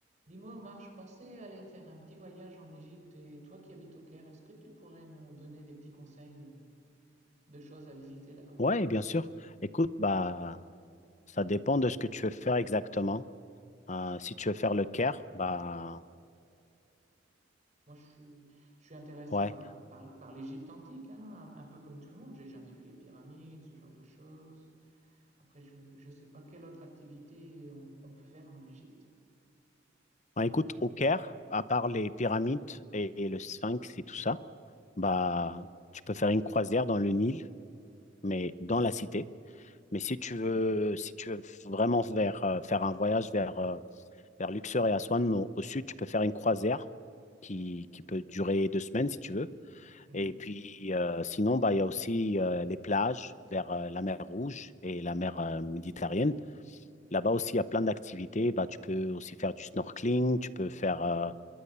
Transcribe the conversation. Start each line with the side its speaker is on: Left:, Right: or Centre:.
Right: Dis-moi Omar, je pensais aller faire un petit voyage en Égypte et toi qui habites au Caire, est-ce que tu pourrais me donner des petits conseils euh, de choses à visiter là-bas?
Left: Ouais, bien sûr. Écoute, bah, ça dépend de ce que tu veux faire exactement. Euh, si tu veux faire le Caire, bah,
Right: Moi, je suis, je suis intéressé
Left: ouais.
Right: bah, par, par l'Égypte antique, hein, un, un peu comme tout le monde. J'ai jamais vu les pyramides, ce genre de choses. Après, je ne sais pas quelle autre activité on, on peut faire en Égypte.
Left: Bah, écoute, au Caire, à part les pyramides et, et le Sphinx et tout ça, bah, tu peux faire une croisière dans le Nil, mais dans la cité. Mais si tu veux, si tu veux vraiment vers, euh, faire un voyage vers, euh, vers Luxor et Aswan au, au sud, tu peux faire une croisière qui, qui peut durer deux semaines si tu veux.
Right: Mhm.
Left: Et puis, euh, sinon, bah, il y a aussi euh, les plages vers euh, la mer Rouge et la mer euh, Méditerranée. Là-bas aussi, il y a plein d'activités. Bah, tu peux aussi faire du snorkeling, tu peux faire euh,